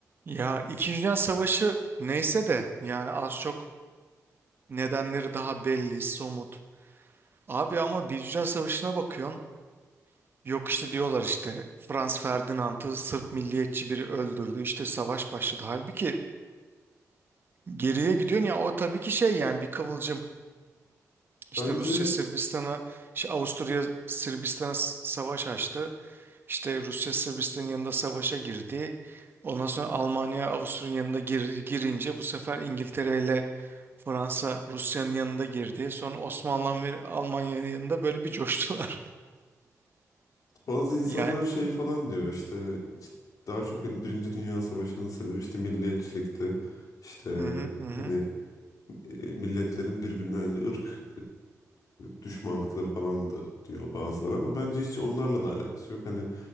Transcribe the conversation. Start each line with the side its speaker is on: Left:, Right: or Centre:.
Right: Ya İkinci Dünya Savaşı neyse de yani az çok nedenleri daha belli, somut. Abi ama Birinci Dünya Savaşı'na bakıyorsun. Yok işte diyorlar işte Franz Ferdinand'ı Sırp milliyetçi biri öldürdü işte savaş başladı. Halbuki geriye gidiyorsun ya o tabii ki şey yani bir kıvılcım işte
Left: Bence
Right: Rusya Sırbistan'a işte Avusturya Sırbistan'a s- savaş açtı. İşte Rusya Sırbistan'ın yanında savaşa girdi. Ondan sonra Almanya Avusturya'nın yanında gir- girince bu sefer İngiltere ile Fransa Rusya'nın yanında girdi. Sonra Osmanlı ve Almanya'nın yanında böyle bir coştular.
Left: bazı insanlar
Right: <laughs> Yani
Left: şey falan diyor işte, işte daha çok hani Birinci Dünya Savaşı'nın sebebi işte milliyetçilikti. İşte
Right: hı hı hı hı
Left: hani e, milletlerin birbirine hani ırk e, düşmanlıkları falandı diyor bazıları ama bence hiç onlarla da alakası yok. Hani